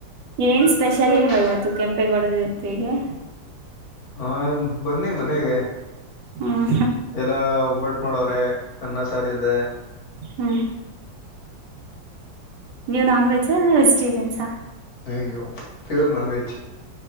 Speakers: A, on the right; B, on the left.
A: ಏನ್ ಸ್ಪೆಷಲ್
B: ಏನ್
A: ಇಲ್ವಾ ಇವತ್ತು ಕೆಂಪೇಗೌಡ ಜಯಂತಿ ಗೆ
B: ಹಾ ಬನ್ನಿ ಮನೆಗೆ
A: ಹ್ಮ್
B: ಎಲ್ಲ ಒಬ್ಬಟ್ಟು ಮಾಡೋವ್ರೆ ಅನ್ನ ಸಾರಿದೆ
A: ಹಾ ನೀವು ನಾನ್ ವೆಜ್ ವೆಜಿಟೇರಿಯನ್ಸಾ
B: ಅಯ್ಯೋ ಪ್ಯೂರ್ ನಾನ್ವೆಜ್